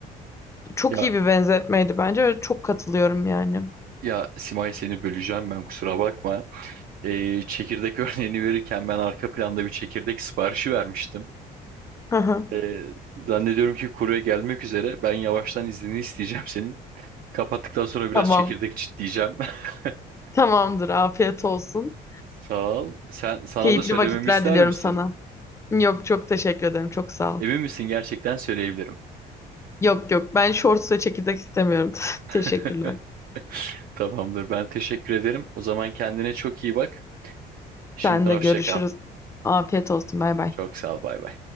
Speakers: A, on the left (about 15°); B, on the right (about 60°).
A: Çok
B: Ya
A: iyi bir benzetmeydi bence ve çok katılıyorum yani.
B: Ya Simay seni böleceğim ben kusura bakma. Ee, çekirdek <laughs> örneğini verirken ben arka planda bir çekirdek siparişi vermiştim.
A: Hı hı.
B: Ee, zannediyorum ki kurye gelmek üzere. Ben yavaştan iznini isteyeceğim senin. Kapattıktan sonra biraz
A: Tamam
B: çekirdek çitleyeceğim. <laughs>
A: tamamdır afiyet olsun.
B: Sağ ol. Sen, sana
A: Keyifli
B: da söylememi
A: vakitler
B: ister
A: diliyorum
B: misin?
A: sana. Yok çok teşekkür ederim çok sağ ol.
B: Emin misin gerçekten söyleyebilirim.
A: Yok yok ben shorts ve çekirdek istemiyorum. <laughs> Teşekkürler.
B: <laughs> Tamamdır ben teşekkür ederim. O zaman kendine çok iyi bak. Şimdiden
A: Sen de
B: hoşça
A: görüşürüz.
B: kal.
A: Afiyet olsun bay bay.
B: Çok sağ ol bay bay.